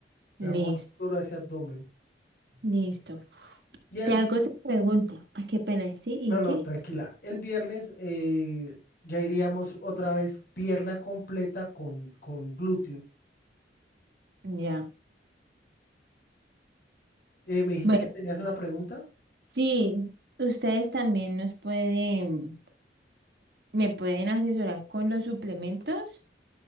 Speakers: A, on the left (about 55°); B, on the right (about 60°).
A: Le
B: listo,
A: damos duro a ese abdomen.
B: listo.
A: Y el
B: Te
A: viernes,
B: hago otra pregunta. Ay, qué pena, ¿sí? ¿Y
A: no, no,
B: qué?
A: tranquila, el viernes eh, ya iríamos otra vez pierna completa con, con glúteo.
B: Ya.
A: Eh, ¿me dijiste
B: Bueno,
A: que tenías una pregunta?
B: sí, ustedes también nos pueden, me pueden asesorar con los suplementos.